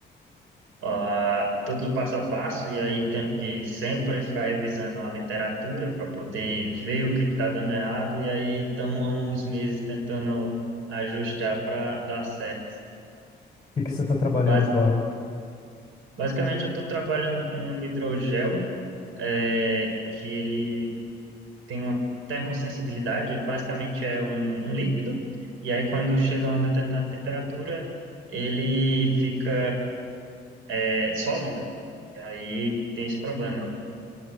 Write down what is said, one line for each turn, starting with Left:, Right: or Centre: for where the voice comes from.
Right: ah, tudo passo a passo, e aí temos que sempre ficar revisando a literatura para poder ver o que está dando errado, e aí estamos há uns meses tentando ajustar para dar certo.
Left: O que que você tá trabalhando
Right: Bas-
Left: agora?
Right: basicamente, eu estou trabalhando com um hidrogel, é, que ele tem uma termosensibilidade, ele basicamente é um, um líquido, e aí quando chega a uma determinada temperatura, ele fica é, sólida. E aí tem esse problema,